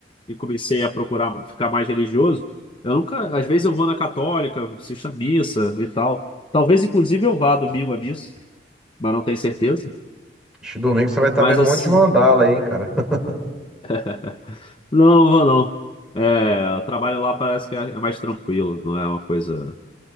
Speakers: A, on the left; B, in the centre.
A: e comecei a procurar ficar mais religioso, eu nunca, às vezes eu vou na católica, assisto à missa e tal. Talvez inclusive eu vá domingo à missa, mas não tenho certeza.
B: Este domingo você vai estar
A: Mas
B: vendo
A: assim,
B: um monte de mandala aí, hein, cara? <laughs>
A: <laughs> não vou não. É, o trabalho lá parece que é é mais tranquilo, não é uma coisa.